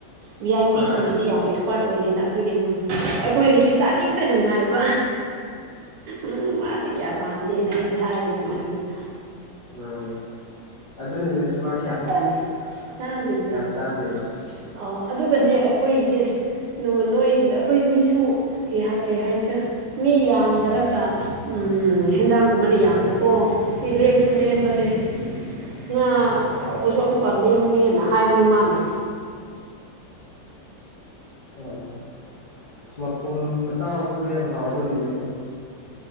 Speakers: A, on the right (about 70°); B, on the left (about 75°).
A: ꯚꯤ ꯑꯥꯏ
B: ꯍꯣꯏ
A: ꯄꯤꯁꯤꯡꯒꯤꯗꯤ ꯌꯥꯝ ꯑꯦꯛꯁ ꯑꯦꯁꯄꯥꯥꯔꯠ ꯑꯣꯏꯗꯦꯅ ꯑꯗꯨꯒꯤ ꯑꯩꯈꯣꯏꯅꯗꯤ ꯆꯥꯅꯤꯡꯗꯅ ꯉꯥꯏꯕ ꯎꯝ ꯃꯥꯗꯤ ꯀꯌꯥ ꯄꯥꯝꯗꯦꯅ ꯍꯦꯛꯇ ꯍꯥꯏꯕꯅꯤ ꯏꯃꯥꯟꯅꯕꯤꯗꯣ
B: ꯎꯝ ꯑꯗꯨ ꯅꯨꯃꯤꯠꯁꯨ ꯃ
A: <unintelligible>
B: ꯆꯥꯗꯦꯕ
A: ꯑꯧ ꯑꯗꯨꯒꯅꯦ ꯑꯩꯈꯣꯏꯒꯤꯁꯦ ꯅꯣꯏ ꯅꯣꯏ ꯑꯩꯈꯣꯏ ꯃꯤꯁꯨ ꯀꯩ ꯀꯩ ꯍꯥꯏꯁꯤꯔ ꯃꯤ ꯌꯥꯝꯗ꯭ꯔꯒ
B: ꯎꯝ
A: ꯎꯝ ꯍꯦꯟꯖꯥꯡꯒꯨꯝꯕꯅ ꯌꯥꯝꯕꯀꯣ ꯑꯦ ꯂꯦꯝꯁꯨ ꯂꯦꯝꯕꯅꯦ ꯉꯥ ꯆꯥꯎꯕꯁꯨ ꯑꯃꯨꯛꯀ ꯂꯦꯝꯃꯦꯅ ꯍꯥꯏꯕꯅꯤ ꯃꯥꯅ
B: ꯑꯣ ꯑꯁ ꯃꯄꯨꯝ ꯇꯥꯎꯕꯗꯨꯒ ꯌꯥꯝ ꯍꯥꯎꯗꯣ ꯑꯗꯨ ꯅꯨꯃꯤꯠꯇꯨ